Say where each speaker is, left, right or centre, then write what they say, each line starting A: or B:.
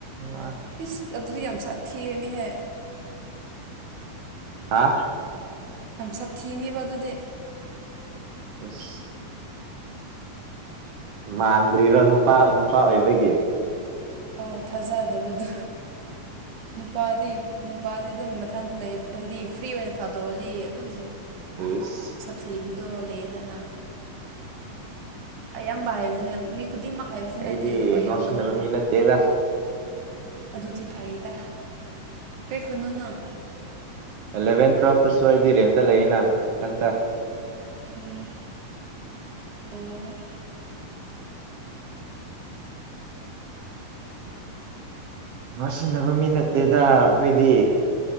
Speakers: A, on the right (about 85°); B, on the right (about 65°).
A: ꯋꯥ
B: ꯏꯁ ꯑꯗꯨꯗꯤ ꯌꯥꯝ ꯁꯥꯊꯤꯔꯅꯤꯍꯦ꯫
A: ꯍꯥꯥ
B: ꯌꯥꯝ ꯁꯥꯊꯤꯅꯤꯕ ꯑꯗꯨꯗꯤ꯫
A: ꯑꯁ ꯃꯥꯟꯗ꯭ꯔꯤꯔꯣ ꯅꯨꯄꯥ ꯅꯨꯄꯥ ꯑꯣꯏꯕꯒꯤ꯫
B: ꯑꯧ ꯊꯥꯖꯗꯕꯗꯣ ꯅꯨꯄꯥꯗꯤ ꯅꯨꯄꯥꯗꯤ ꯑꯗꯨꯝ ꯃꯊꯟꯇ ꯂꯩ ꯍꯥꯏꯗꯤ ꯐ꯭ꯔꯤ ꯑꯣꯏꯅ ꯊꯥꯗꯣꯛꯑꯗꯤ ꯑꯗꯨꯝ꯫
A: ꯏꯁ
B: ꯁꯥꯊꯤꯕꯗꯣ ꯂꯩꯗꯅ ꯑꯌꯥꯝꯕ ꯍꯥꯏꯕꯅꯦ ꯃꯤ ꯈꯨꯗꯤꯡꯃꯛ ꯍꯥꯏꯕꯗꯤ
A: ꯑꯩꯗꯤ
B: ꯅꯠꯇꯦ ꯑꯗꯨꯕꯨ ꯑꯌꯥꯝꯕ
A: ꯉꯥꯎꯁꯤꯟꯅꯕ
B: ꯅꯨꯄꯥ꯫
A: ꯃꯤ ꯅꯠꯇꯦꯗ
B: ꯑꯗꯨꯗꯤ ꯐꯩꯗ ꯀꯩ ꯈꯨꯟꯅꯣ ꯅꯪ꯫
A: ꯑꯦꯂꯦꯚꯦꯟ ꯇꯨꯋꯦꯜꯞꯇꯁꯨ ꯑꯩꯗꯤ ꯔꯦꯟꯗ ꯂꯩꯅ ꯏꯊꯟꯇ꯫
B: ꯎꯝ ꯑꯣ
A: ꯉꯥꯎꯁꯤꯟꯅꯕ ꯃꯤ ꯅꯠꯇꯦꯗ ꯑꯩꯈꯣꯏꯗꯤ꯫